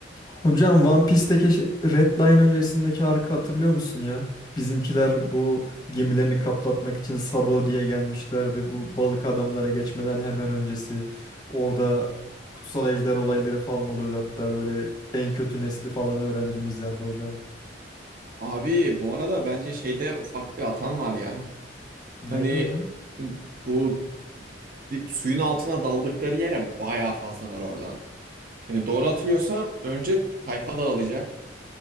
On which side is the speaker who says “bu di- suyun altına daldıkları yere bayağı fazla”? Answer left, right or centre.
Right